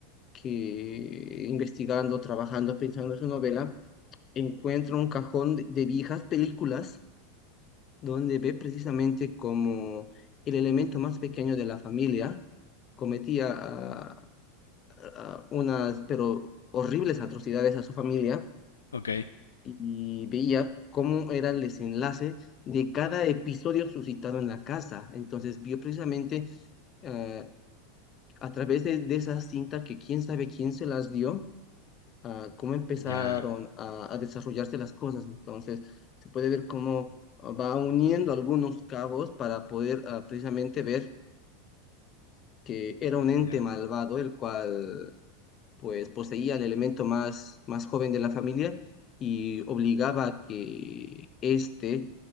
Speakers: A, on the left (about 35°); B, on the left (about 75°).
A: que investigando, trabajando, pensando en su novela, encuentra un cajón de de viejas películas donde ve precisamente como el elemento más pequeño de la familia cometía ah, ah, unas, pero horribles atrocidades a su familia
B: ok,
A: y veía cómo era el desenlace de cada episodio suscitado en la casa. Entonces vio precisamente ah, a través de, de esas cintas que quién sabe quién se las dio, ah, cómo empezaron
B: ya,
A: a, a desarrollarse las cosas. Entonces, se puede ver cómo ah, va uniendo algunos cabos para poder ah, precisamente ver que era un ente
B: ya.
A: malvado, el cual pues poseía el elemento más, más joven de la familia y obligaba a que éste